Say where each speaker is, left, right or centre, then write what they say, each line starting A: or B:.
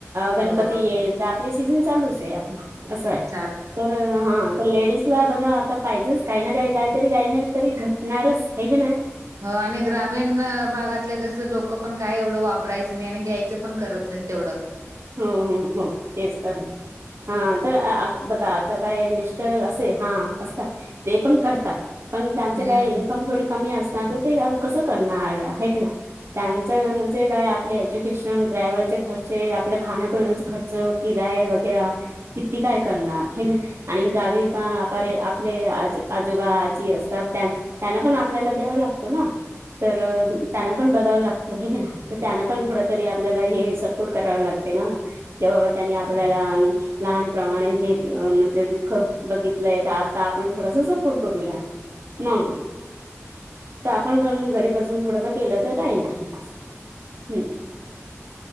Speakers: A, on the right; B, on the right.
A: गणपती
B: हो
A: येईल. तर आपले सीझन चालूच आहे. आता असं आहे
B: चाल
A: तर हा तर लेडीज, बघा आता पाहिजेच काही ना, काही काहीतरी काही ना तरी घटणारच हाय की नाय.
B: हो आणि ग्रामीण. भागातलं कसं लोक पण काय, एवढं वापरायचं नाही आणि घ्यायचं पण करत नाही तेवढ.
A: हो हो हो, तेच तर. हा, तर बघा आता काय मिस्टर असे हा असतात. ते पण करतात, पण त्यांच
B: हम्म
A: काय इन्कम थोडी. कमी असणार तर, ते कसं करणार आहे काय नाय. त्याचं म्हणजे काय, आपले एज्युकेशन ट्रॅव्हलचे खर्च आपले. खाण्यापिण्याचा खर्च, किराय वगैरा किती काय करणार हे कणी. आणि गावी पण अपारे, आपले आजोबा आजी असतात त्यां त्यांना पण आपल्याला द्यावा लागतो ना. तर त्यांना पण बघाव लागतो हे की ना, तर त्यांना पण थोड तरी आपल्याला हे सपोर्ट कराव लागतो. ना ते बाबा त्यांनी आपल्याला. लहानप्रमाणे हे म्हणजे, दुःख बघितलंय तर आता आपण थोडस सपोर्ट करूया. म्हणून, तर आपण बनवून घरी बसून थोडस केलं तर काही ना बस. हम.